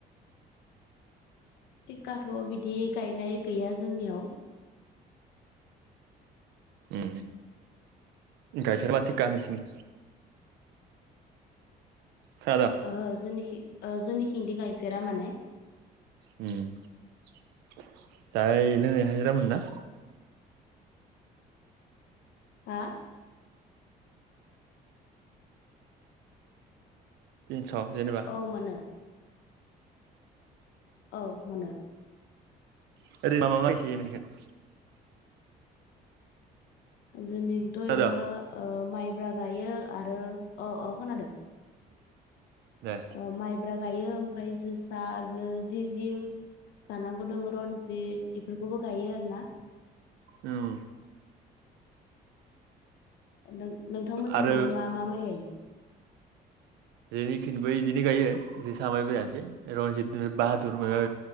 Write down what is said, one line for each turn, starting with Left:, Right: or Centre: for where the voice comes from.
Left: थिकाथ' बिदि गायनाय गैया जोंनियाव
Right: उम गायफेरला थिखा नोंसिनि खोनादों
Left: ओहो जोंनिखि जोंनिखिंदि गायफेरा माने
Right: उम जाय लोंनाय हाजिरामोन ना
Left: हा
Right: तिनस' जेनेबा
Left: औ मोनो औ मोनो
Right: <unintelligible>
Left: जोंनिथ' ओरैनो
Right: खोनादों
Left: माइब्रा गायो आरो अ-अ खोनादों
Right: दे
Left: ओ माइब्रा गायो ओमफ्राय जोसा ओरैनो जि-जि जानांगौ दङ रनजित बेफोरखौबो गायो आरोना
Right: उम
Left: नों नोंथांमोननिथिंलाय
Right: आरो
Left: मा-मा माइ गायो
Right: जोनिखिनिबो इदिनो गायो बि सामाय बेजानोसै रनजित बाहादुर माबा